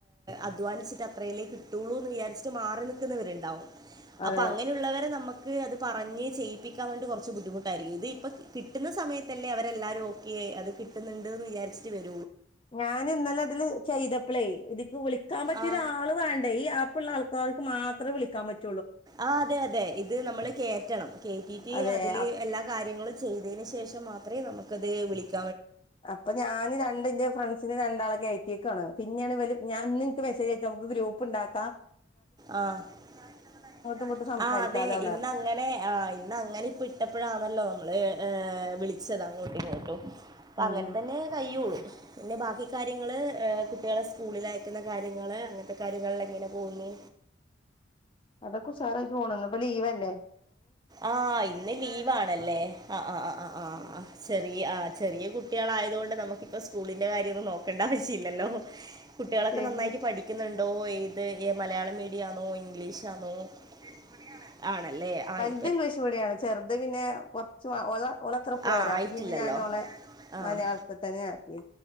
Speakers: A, on the right; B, on the left.
A: അധ്വാനിച്ചിട്ട് അത്രേല്ലെ കിട്ടുള്ളൂ ന്ന് വിചാരിച്ചട്ട് മാറി നിൽക്കുന്നവരുണ്ടാവും
B: അതെ
A: അപ്പൊ അങ്ങനെയുള്ളവരെ നമ്മ.... ക്ക് അത് പറഞ്ഞ് ചെയ്യിപ്പിക്കാൻ വേണ്ടി കുറച്ച് ബുദ്ധിമുട്ടായിരിക്കും ഇത് ഇപ്പം കിട്ടുന്ന സമയത്തല്ലേ അവരെല്ലാവരും ഓക്കെ അത് കിട്ടുന്നുണ്ട് എന്ന് വിചാരിച്ചി്ട്ട് വരു...
B: ഞാൻ ഇന്നലെ അതില് ചെയ്തപ്ളേ ഇതിക്ക് വിളിക്കാൻ പറ്റിയൊരാൾ
A: ആ
B: വേണ്ടേ ഈ ആപ്പുള്ളൾ ക്ക് മാത്രേ വിളിക്കാൻ പറ്റ്
A: ആ അതെ അതെ ഇത് നമ്മള് കേറ്റണം കേറ്റീറ്റ്
B: അതെ
A: അതില്
B: അപ്-
A: എല്ലാ കാര്യങ്ങളും ചെയ്തെന് ശേഷം മാത്രമേ നമുക്കത് വിളിക്
B: അപ്പ ഞാന് രണ്ട് എന്റെ ഫ്രണ്ട്സിനെ രണ്ടാളെ കെയ്റ്റെക്കാണ് പിന്നെയാണ് ഇവെര് ഞാൻ ഇന്ന് ഇൻക്ക് മെസെജ് അയ്ച്ച് ഞമ്മെക്ക് ഗ്രൂപ്പ് ഇണ്ടാക്കാ
A: ആഹ് ഫ്രീ ആയിറ്റ് ഇള്ള ടൈമിൽ ആർക്കും
B: ഇങ്ങോട്ടും
A: അങ്ങെട്ടും
B: സംസാരിക്കാലോ
A: ആഹ് അതെ
B: എന്ന്
A: ഇന്ന്
B: പറഞ്ഞു.
A: അങ്ങനെ ആഹ് ഇന്ന് അങ്ങനെ ഇപ്പ ഇട്ടപ്പഴാണെല്ലോ നമ്മെൾ ഏഹ് വിളിച്ചെതാ അങ്ങോട്ടും ഇങ്ങോട്ടും അപ്പ അങ്ങെൻ
B: ഉം
A: തെന്നെ കഴിയുള്ളു പിന്നെ ബാക്കി കാര്യങ്ങെൾ കുട്ടിയാളെ സ്കൂളിൽ അയക്കുന്ന കാര്യങ്ങെൾ അങ്ങെൻത്തെ കാര്യങ്ങെളിൽ അങ്ങെനെ പോവുന്നു
B: അതൊക്കെ ഉസാറായി പോണ് ഇന്ന് ഇപ്പ ലീവ് അല്ലെ?
A: ആഹ് ഇന്ന് ലീവാ ആണ് അല്ലെ ആഹ് ആഹ് ആഹ് ആഹ് ആഹ് ആഹ് ആഹ് ചെറിയ ആഹ് ചെറിയ കുട്ടിയാൾ ആയതോണ്ട് നമുക്കിപ്പോ സ്കൂളിന്റെ കാര്യ ഒന്നും നോക്കെണ്ട ആവശ്യയില്ലല്ലോ? കുട്ടിയാളൊക്കെ
B: ശരി
A: നന്നായിട്ട് പഠിക്ക്ന്ന് ഇണ്ടോ ഏത് എ മലയാള മീഡിയാന്നോ ഇൻ ഇംഗ്ലീഷാന്നോ? ഇംഗ്ലീഷ് മീഡിയം ആണ്. ആണ് അല്ലെ? ആയി
B: ഇത് ഇംഗ്ലീഷ് മീഡിയാണ് ചെറ്ത് പിന്നെ കൊർച്ച് <unintelligible> ഓൾ അത്ര പോരാ
A: ആഹ്
B: അപ്പ
A: ആയിട്ടില്ലല്ലോ
B: പിന്നെ ഞാൻ ഓളെ
A: ആഹ്
B: മലയാളത്ത് തെന്നെ ആക്കിയെ